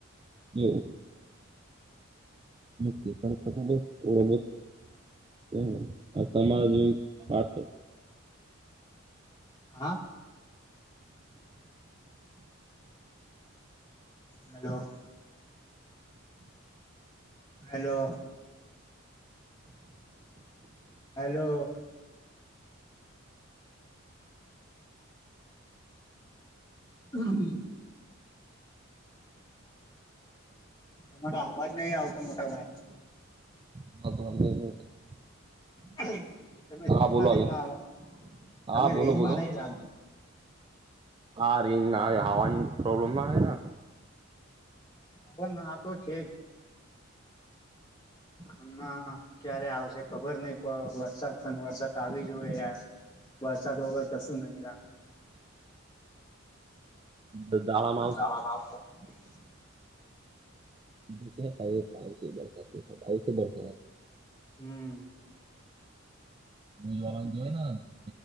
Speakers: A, on the right; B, on the left.
A: એવું! <unintelligible> આ તમારા જેવી પાછ
B: હા. હલો. હલો. હેલો. આમ તમારો અવાજ નહીં આવતો મોટાભાઈ
A: <unintelligible>
B: હ તમે
A: હા
B: રેન્જમાં
A: બોલો
B: નહીં
A: હવે
B: માવો તમે
A: હા બોલો
B: રેન્જમાં
A: બોલો
B: નહીં રા
A: હા રીંગના આવે હવાની પ્રોબ્લેમ ના આવે.
B: પણ ના તો છે. હમણાં ક્યારે આવશે ખબર નહીં પણ વરસાદ પણ વરસાદ આવી જોયે યાર. વરસાદ વગર કશું નહીં લા.
A: ને દાડામાં
B: શાળામાં આવશે. <unintelligible>
A: <unintelligible> આવેશે બરસાદ.
B: હમ
A: દુધવાળાને જોય ન કે